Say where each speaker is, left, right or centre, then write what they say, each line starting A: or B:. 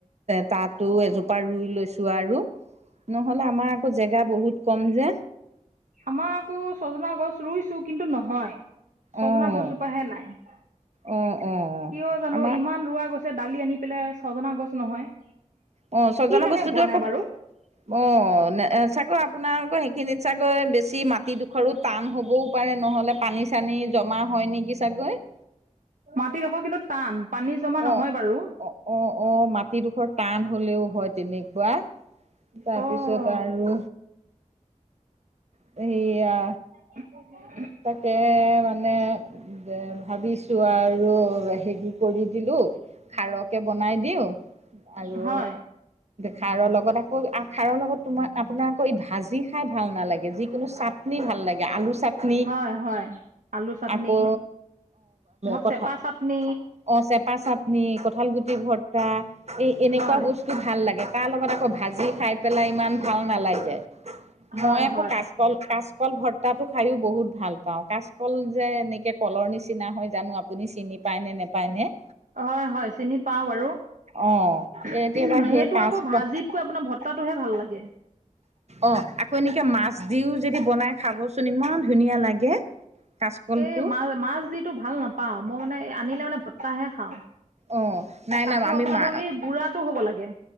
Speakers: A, on the right; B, on the right.
A: তাতো এজোপা ৰুই লৈছো আৰু নহ'লে আমাৰ আকৌ জেগা বহুত কম যে-
B: আমাৰ আকৌ ছজনা গছ ৰুইছো কিন্তু নহয় ছজনা
A: অ',
B: গছজোপাহে নাই। কিয়
A: অ', অ',
B: জানো
A: আমাৰ
B: ইমান ৰোৱা গছে ডালি আনি পেলাই ছজনা গছ নহয়।
A: অ ছজনা
B: কি কাৰণে
A: বস্তুতো
B: হোৱা
A: আকৌ
B: নাই বাৰু
A: অ চাগৈ আপোনালোকৰ সেইখিনিত চাগৈ বেছি মাটি দু সৰু টান হবও পাৰে নহলে পানী চানী জমা হয় নেকি চাগৈ
B: মাটিডোখৰ কিন্তু টান পানী জমা নহয়
A: অ'
B: বাৰু
A: অ' অ অ মাটিডোখৰ টান হলেও হয় তেনেকুৱা তাৰপিছত
B: অ',
A: আৰু সেইয়া
B: <inaudible>
A: তাকে মানে যে ভাবিছো আৰু হেৰি কৰি দিলো। খাৰকে বনাই দিওঁ আৰু
B: হয়
A: খাৰৰ লগত- খাৰৰ লগত- তোমাক আপোনাক আকৌ এই ভাজি খাই ভাল নালাগে যিকোনো চাটনি ভাল লাগে আলু চাটনি- পনিক
B: হয় হয় আলু চাটনি
A: আকৌ
B: ধৰক
A: কঁঠাল
B: চেপা চাটনি
A: অ চেপা চাটনি কঁঠাল গুটি ভৰ্তা এই এনেকুৱা
B: হয়
A: বস্তু- ভাল লাগে তাৰ লগত আকৌ ভাজি খাই পেলাই ইমান ভাল নালাগে
B: হয়
A: মই আকৌ
B: হয়
A: ক- কল কাচকল ভৰ্তাটো খায়ো বহুত ভাল পাওঁ কাচকল যে এনেকৈ কলৰ নিচিনা হয় জানো আপুনি চিনি পায় নে নেপায়। পায়নে-
B: হয় হয় চিনি পাও বাৰু-
A: অ' কেতিয়াবা
B: সেইটো
A: সেই কাচকল
B: আকৌ ভাজিতকৈ আপোনাৰ ভত্তাটোহে ভাল লাগে
A: অ আকৌ এনেকে মাছ দিও যদি বনাই খাবচোন ইমান ধুনীয়া লাগে। কাচকলটো
B: এই মাছ মাছ যিটো ভাল নাপাওঁ মই মানে আনিলে মানে ভত্তাহে খাওঁ-
A: অ নাই
B: তাকো
A: নাই আমি
B: আপোনাৰ
A: মা-
B: ধৰক এই বুঢ়াটো হ'ব লাগে